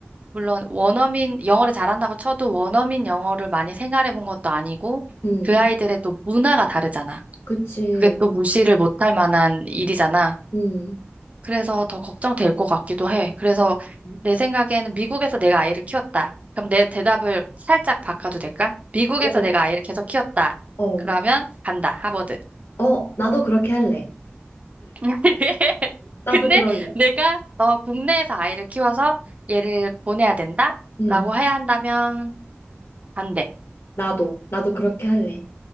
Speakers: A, on the right; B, on the left.
A: 물론 원어민 영어를 잘한다고 쳐도 원어민 영어를 많이 생활해 본 것도 아니고
B: 음.
A: 그 아이들의 또 문화가 다르잖아.
B: 그치.
A: 그게 또 무시를 못할 만한 일이잖아.
B: 음.
A: 그래서 더 걱정될 것 같기도 해. 그래서
B: 음.
A: 내 생각에는 미국에서 내가 아이를 키웠다. 그럼 내 대답을 살짝 바꿔도 될까? 미국에서
B: 어.
A: 내가 아이를 계속 키웠다.
B: 어.
A: 그러면 간다, 하버드.
B: 어, 나도 그렇게 할래.
A: <laughs>
B: 나도
A: 근데
B: 그럴래.
A: 내가 어, 국내에서 아이를 키워서 얘를 보내야 된다?
B: 음.
A: 라고 해야 한다면 반대.
B: 나도. 나도 그렇게 할래.